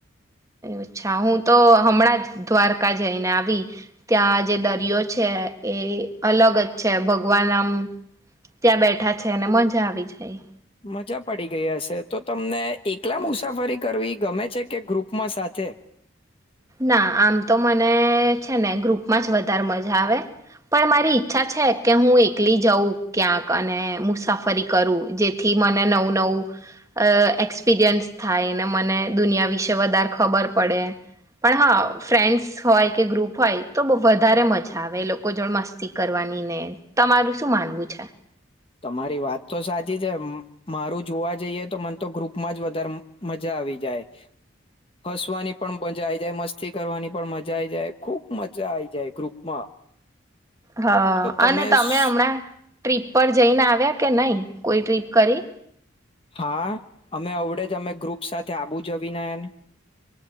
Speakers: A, on the right; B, on the left.
A: અચ્છા હું તો હમણાં જ દ્વારકા જઈને આવી ત્યાં જે દરિયો છે એ અલગ જ છે ભગવાન આમ ત્યાં બેઠા છે અને મજા આવી જાય
B: મજા પડી ગય હશે તો તમને એકલા મુસાફરી કરવી ગમે છે કે ગ્રુપમાં સાથે
A: ના આમ તો મને છે ને ગ્રુપમાં જ વધારે મજા આવે પણ મારી ઈચ્છા છે કે હું એકલી જઉં ક્યાંક અને મુસાફરી કરું જેથી મને નવું નવું એક્સપિરિયન્સ થાય ને મને દુનિયા વિશે વધારે ખબર પડે પણ હા ફ્રેન્ડસ હોય કે ગ્રુપ હોય તો વધારે મજા આવે લોકો જોડ મસ્તી કરવાની ને તમારું શું માનવું છે
B: તમારી વાત તો સાચી છે મારું જોવા જઈએ તો મને તો ગ્રુપમાં જ વધારે મજા આવી જાય હસવાની પણ મજા આવી જાય મસ્તી કરવાની પણ મજા આવી જાય ખુબ મજા આવી જાય ગ્રુપમાં
A: હા
B: તો
A: અને
B: સ-
A: તમે હમણાં ટ્રીપ પર જઈને આવ્યા કે નઈ કોઈ ટ્રીપ કરી
B: હા અમે અવડે જ અમે ગ્રુપ સાથે <unintelligible>